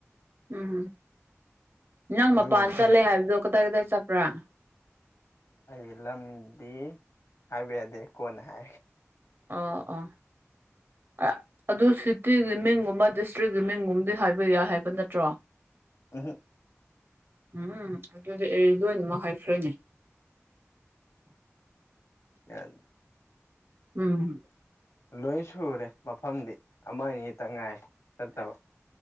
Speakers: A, on the right; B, on the left.
A: ꯎꯝ ꯅꯪ
B: ꯑꯗꯨꯒꯨꯝꯕ
A: ꯃꯄꯥꯟ ꯆꯠꯂꯦ
B: ꯐꯩ
A: ꯍꯥꯏꯕꯗꯣ ꯀꯗꯥꯏ ꯀꯗꯥꯏ ꯆꯠꯄ꯭ꯔꯥꯅ
B: ꯑꯩ ꯂꯝꯗꯤ ꯍꯥꯏꯕ ꯌꯥꯗꯦ ꯀꯣꯟꯅ ꯍꯥꯏ
A: ꯑꯣ ꯑꯣ ꯑ ꯑꯗꯨ ꯁꯤꯇꯤꯒꯤ ꯃꯤꯡꯒꯨꯝꯕ ꯗꯤꯁꯇ꯭ꯔꯤꯛꯀꯤ ꯃꯤꯡꯒꯨꯝꯕꯗꯤ ꯍꯥꯏꯕ ꯌꯥꯏ ꯍꯥꯏꯕ ꯅꯠꯇ꯭ꯔꯣ
B: ꯑꯍ
A: ꯎꯝ ꯑꯗꯨꯗꯤ ꯑꯦ ꯂꯣꯏ ꯑꯣꯏꯅꯃꯛ ꯍꯥꯏꯈ꯭ꯔꯅꯤ
B: ꯌꯥ
A: ꯎꯝ
B: ꯂꯣꯏ ꯁꯨꯔꯦ ꯃꯐꯝꯗꯤ ꯑꯃꯅꯤ ꯑꯅꯤ ꯇꯪ ꯉꯥꯏ ꯆꯠꯇꯕ